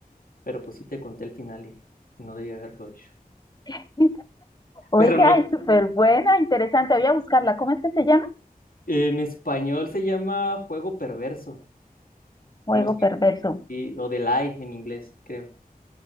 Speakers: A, on the left (about 70°); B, on the left (about 25°).
A: pero pues sí te conté el final y no debía haberlo hecho.
B: <laughs> Oiga,
A: Pero no,
B: es súper buena, interesante. Voy a buscarla. ¿Cómo es que se llama?
A: en español se llama Juego Perverso,
B: Juego
A: no sé,
B: perverso.
A: sí, o The Lie en inglés, creo, o